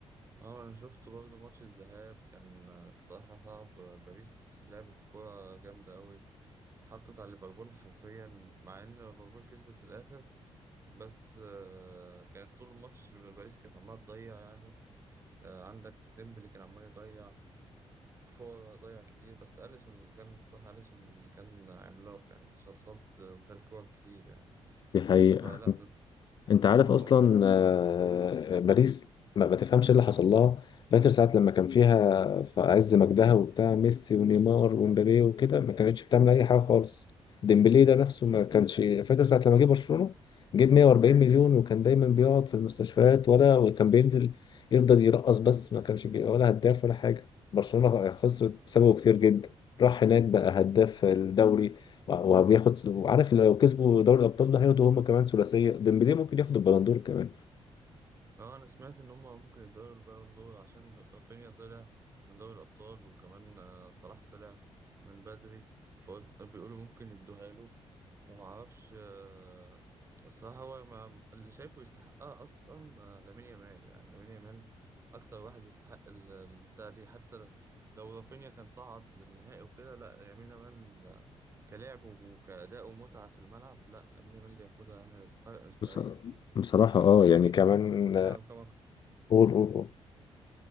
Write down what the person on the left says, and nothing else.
دي حقيقة
انت
عارف
اصلا
آه، باريس ما, ما تفهمش ايه اللي حصل لها فاكر ساعة لما كان فيها في عز مجدها وبتاع ميسي ونيمار ومبابي وكده ما كانتش بتعمل اي حاجة خالص ديمبلي ده نفسه ما كانش فاكر ساعة لما جه برشلونة جيب 140 مليون وكان دايما بيقعد في المستشفيات ولا وكان بينزل يفضل يرقص بس ما كانش بي... ولا هداف ولا حاجة برشلونة خسرت بسببه كتير جدا راح هناك بقى هداف الدوري وبياخد وعارف لو كسبوا دوري الابطال ده هياخدوا هم كمان ثلاثيه ديمبلي ممكن ياخد البلندور كمان
بص- بصراحه اه
يعني كمان
قول قول قول